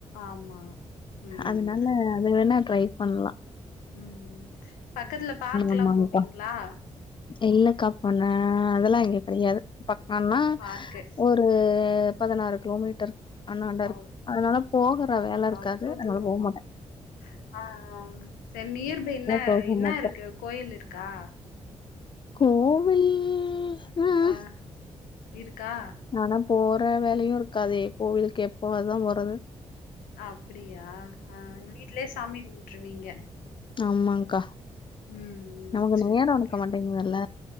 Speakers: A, on the left; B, on the left.
A: ஆமா ம்
B: அதனால அது வேணா ட்ரை பண்ணலாம்
A: உம் பக்கத்துல பார்க் எல்லாம்
B: ஆமாங்க்கா
A: போவீங்களா
B: இல்லக்கா பண்ண அதெல்லாம் இங்க கெடையாது பக்கம்னா
A: பார்க்கு
B: ஒரு உம் பதினாறு கிலோமீட்டர் அண்ணாடா இருக்கு
A: அவ்
B: அதனால போகற வேலை இருக்காது
A: அவ்ளோ
B: அதனால
A: தூரமா
B: போகல
A: ஆ ஆ சரி நியர்பை என்ன
B: போக
A: என்ன
B: மாட்டோ
A: இருக்கு கோயில் இருக்கா
B: கோவில் ம்
A: ஆ இருக்கா
B: ஆனா போற வேலையும் இருக்காதே கோவிலுக்கு எப்போ அதுதான் போறது
A: அப்டியா ஆ வீட்லயே சாமி கும்புட்ருவீங்க
B: ஆமாங்கா
A: ம் ம்
B: நமக்கு
A: சரி
B: நேரோ
A: ஓகே
B: இருக்க மாட்டேங்குதல்ல